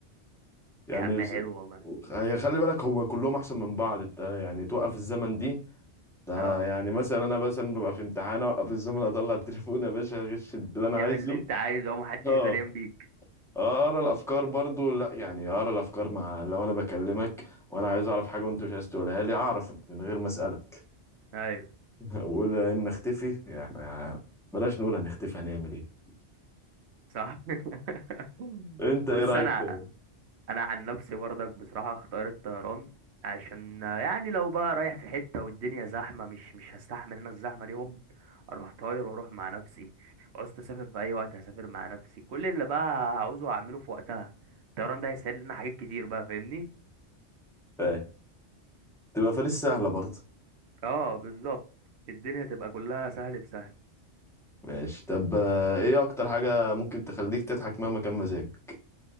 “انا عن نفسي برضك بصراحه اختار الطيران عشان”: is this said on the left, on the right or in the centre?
Right